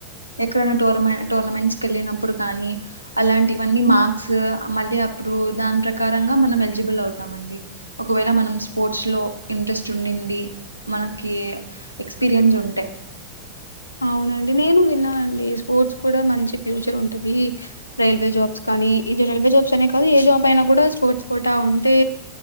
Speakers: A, on the right (about 85°); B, on the left (about 80°).
A: ఎక్కడైనా టోర్నమె టోర్నమెంట్స్ కెళ్ళినప్పుడు కానీ అలాంటివన్నీ
B: హ్మ్
A: మార్క్స్ మళ్ళీ అప్పుడు దాని ప్రకారంగా మనం ఎలిజిబుల్ అవుతామండి ఒకవేళ మనం స్పోర్ట్స్ లో ఇంట్రెస్ట్ ఉండింది మనకి ఎక్స్పీరియన్స్ ఉంటె
B: అవునండి నేను విన్నానండి స్పోర్ట్స్ కూడా మంచి ఫ్యూచర్ ఉంటది. రైల్వే జాబ్స్ కానీ ఇది రైల్వే జాబ్స్ అనే కాదు ఏ జాబ్ అయినా కూడా స్పోర్ట్స్ క్వాటా ఉంటే